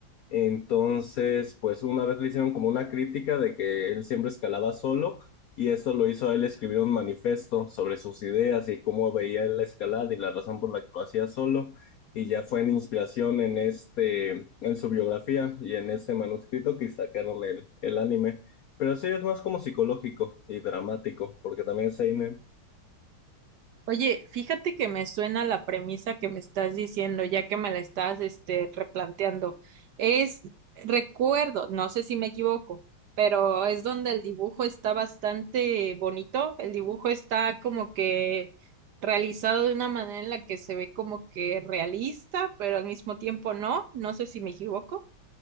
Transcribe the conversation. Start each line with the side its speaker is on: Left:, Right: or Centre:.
Left: Entonces, pues una vez le hicieron como una crítica de que él siempre escalaba solo y eso lo hizo a él escribir un manifiesto sobre sus ideas y cómo veía él la escalada y la razón por la que lo hacía solo y ya fue en inspiración en este, en su biografía y en este manuscrito que sacaron el, el anime. Pero sí es más como psicológico y dramático, porque también es Seinen.
Right: Oye, fíjate que me suena la premisa que me estás diciendo, ya que me la estás, este, replanteando. Es, recuerdo, no sé si me equivoco, pero es donde el dibujo está bastante bonito. El dibujo está como que realizado de una manera en la que se ve como que realista, pero al mismo tiempo no. No sé si me equivoco.